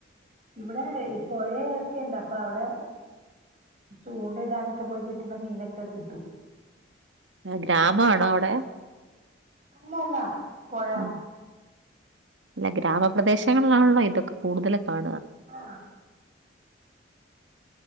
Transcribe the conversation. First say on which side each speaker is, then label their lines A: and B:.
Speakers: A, on the right; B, on the right.
A: ഇവിടെ ഇപ്പോഴേ ഒക്കെ ഇണ്ട് അപ്പൊ അവിടെ ചൂണ്ട ഇടാനൊക്കെ പോയി കിട്ടുന്ന മീനൊക്കെ കിട്ടും.
B: ഗ്രാമാണോ അവടെ?
A: അല്ലല്ല പുഴ.
B: ആ, അല്ല ഗ്രാമ പ്രദേശങ്ങളിലാണല്ലോ ഇതൊക്കെ കൂടുതൽ കാണ
A: ആ